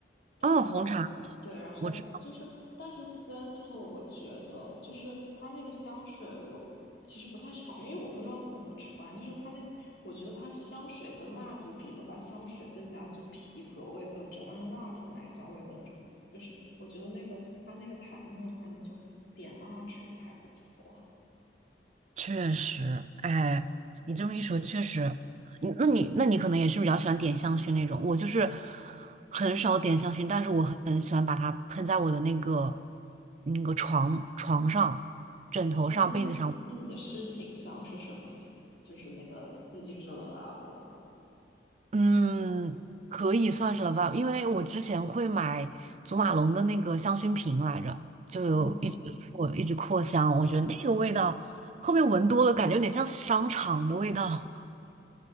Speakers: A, on the left; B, on the right.
A: 的诺尔，
B: 嗯，红茶，
A: 对，然后就是，
B: 我知道，
A: 但是 Santal 我觉得就是它那个香水我其实不太常用，因为我不知道怎么穿，就是它那，我觉得它香水跟蜡烛比的话，香水更加就皮革味更重，但是蜡烛奶香味更重，就是我觉得那个它那个檀木的话，你就点蜡烛还不错
B: 确实，哎，你这么一说，确实，你那你那你可能也是比较喜欢点香薰那种，我就是很少点香薰，但是我很喜欢把它喷在我的那个那个床床上、枕头上、
A: 啊。那你那你的事情香是什么情就是那个最近说的阿伯吗？
B: 被子上。嗯，可以算是了吧，因为我之前会买祖马龙的那个香薰瓶来着，就有一直扩一直扩香，
A: 嗯
B: 我觉得那个味道，
A: 嗯嗯。
B: 后面闻多了感觉有点像商场的味道，